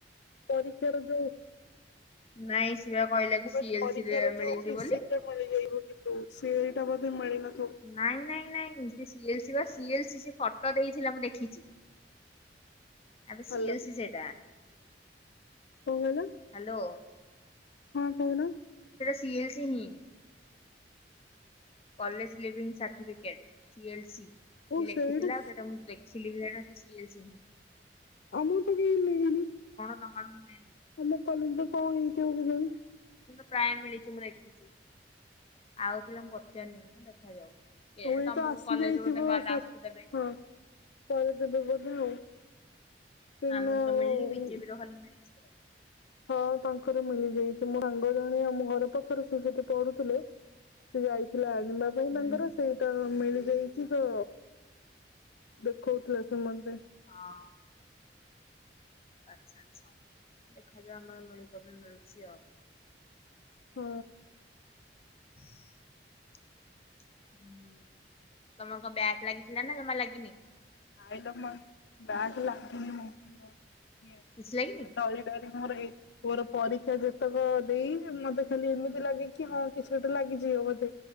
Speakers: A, on the left; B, on the left.
A: ପରୀକ୍ଷା ରେ ଯୋଉ ମୁଁ
B: ନାଇଁ ସିଏ ବା କହିଲା କି ସିଏଲ
A: କହିଲି ପରୀକ୍ଷାର
B: ସି ରେ ମିଳିଛି
A: ଯୋଉ ରିସିପ୍ଟ
B: ବୋଲି।
A: ମିଳିଯାଇବ କିନ୍ତୁ ସିଏ ମୋତେ ମିଳିନ
B: ନାଇଁ ନାଇଁ ନାଇଁ ସେ ସି ଏଲ୍ ସି ପା ସି ଏଲ୍ ସି ସେ ଫଟୋ ଦେଇଥିଲା ମୁଁ ଦେଖିଚି ଏବେ
A: ହାଲୋ
B: ସି ଏଲ୍ ସି ସେଇଟା।
A: କଣ କହିଲ
B: ହାଲୋ?
A: ହଁ କୋହୁନ।
B: ସି ଏଲ୍ ସି ହିଁ। College leaving certificate C L C. ସିଏ
A: ଓ
B: ଲେଖିଥିଲା
A: ସେଇଟା
B: ଆଉ ସେଟା ମୁଁ ଦେଖିଲି ବି ସେଟା ସେଇ ସିଏ ଏଲ୍ ସି ହିଁ।
A: ଆମର ତ କାଇଁ ଲାଗେନା?
B: ତମର ହୁଏ
A: ଆମ କଲେଜରେ କଣ ହେଇଥିବ କେଜାଣି?
B: ପ୍ରାୟେ ମିଳିଚି ମୁଁ ଦେଖିଚି ଆଉ ପିଲାଙ୍କୁ ପଚାରନି ମୁଁ ଦେଖାଯାଉ। କେଜାଣି
A: ଆଉ ଇଏ
B: ତମକୁ
A: ତ ଆସି
B: କଲେଜରୁ
A: ଯାଇଥିବ
B: ବୋଧେ ଗଲେ
A: ସା-ହଁ
B: ଆସିଦେବେ କି କଣ?
A: ପରଦିନ ବୋଧେ ଆଉ। କାହିଁକି
B: ଆମକୁ
A: ନା
B: ତ ମିଳନି ବି ଜେ ବିର ଖାଲି ମିଳିଚି।
A: ହଁ ତାଙ୍କର ମିଳି ଯାଇଚି ମୋ ସାଙ୍ଗ ଜାଣେ ଆମ ଘର ପାଖରେ ସେ ସେଠି ପଢୁଥୁଲେ ସିଏ ଯାଇଥିଲା ଆଣିବା ପାଇଁ
B: ହୁଁ।
A: ତାଙ୍କର ସେଇଟା ମିଳି ଯାଇଛି ତ ଦେଖୋଉଥୁଲା ସେ ମତେ।
B: ହଁ। ଆଚ୍ଛା ଆଚ୍ଛା ଦେଖାଯାଉ ଆମର ମିଳୁ-କେବେ ମିଳୁଛି ଆଉ।
A: ହଁ।
B: <inaudible> ହୁଁ ତମର କଣ ବ୍ୟାଗ୍ ଲାଗିଥିଲା ନା ଜମା ଲାଗିନି?
A: ନାଇଲୋ ମୋ ବ୍ୟାଗ ଲାଗିନି ମୁଁ ମୋ ଏଇ ମୁଁ
B: କିଛି ଲାଗିନି?
A: ତ ଡରି ଡରି ମୋର ଏ ମୋର ପରୀକ୍ଷା ଯେତକ ଦେଇଚି ମତେ ଏମିତି ଲାଗେ କି ହଁ କିଛି ଗୋଟେ ଲାଗିଛି। ଗିବ ବୋଧେ